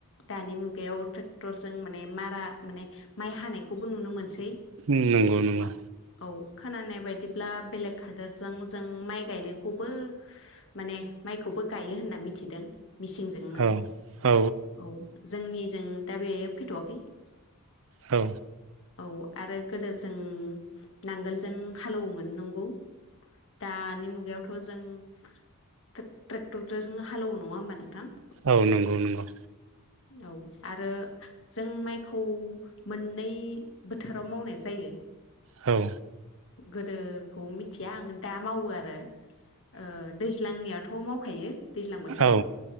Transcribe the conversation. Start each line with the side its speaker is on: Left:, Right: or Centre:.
Left: दानि मुगायाव ट्रेक्टरजों माने मारा माने माइ हानायखौबो नुनो मोनसै
Right: नंगौ नंगौ
Left: औ। खोनानाय बायदिब्ला बेलेग हादोरजों जों माइ गायनायखौबो माने माइखौबो गायो होनना मिथिदों। मिसिंजोंनो
Right: औ औ
Left: औ। जोंनिजों दा बे फैथवाखै ।
Right: औ
Left: औ आरो गोदो जों नांगोलजों हालौवोमोन नंगौ। दानि मुगायावथ जों ट्रेक ट्रेक्टरजों हालौवो नङा होमबा नोंथां?
Right: औ नंगौ नंगौ।
Left: औ आरो जों माइखौ मोननै बोथोराव मावनाय जायो।
Right: औ
Left: गोदोखौ मिथिया आं दा मावो आरो। ओ दैज्लांनिया थ मावखायो। दैज्लां बोथोराव
Right: औ